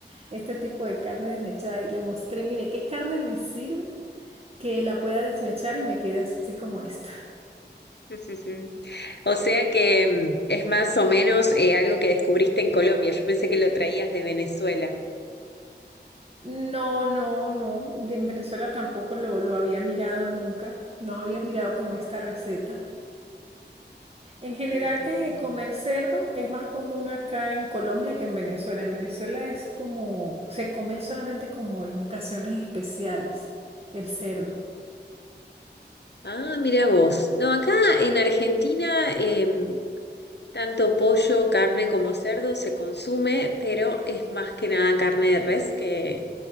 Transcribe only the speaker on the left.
<laughs> Ujú. O sea que mm, es más o menos eh, algo que descubriste en Colombia. Yo pensé que lo traías de Venezuela.
Ah,
qué
bueno.
Ah, mira vos. No, acá en Argentina em, tanto pollo, carne como cerdo se consume, pero es más que nada carne de res que,